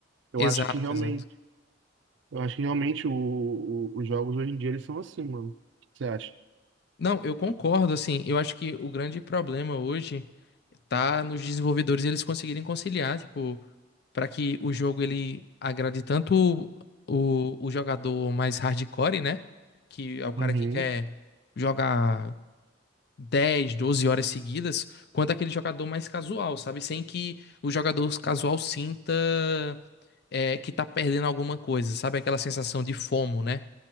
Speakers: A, on the right (about 65°); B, on the left (about 55°).
A: Eu
B: Exato,
A: acho que realmente,
B: exato.
A: eu acho que realmente o, o- os jogos hoje em dia eles são assim, mano. O que Você acha?
B: Não, eu concordo, assim, eu acho que o grande problema hoje tá nos desenvolvedores eles conseguirem conciliar, tipo, para que o jogo ele agrade tanto o, o jogador mais hardcore, né? Que é o cara
A: Uhum.
B: que quer jogar 10, 12 horas seguidas, quanto aquele jogador mais casual, sabe? Sem que o jogador casual sinta é, que tá perdendo alguma coisa, sabe? Aquela sensação de FOMO, né?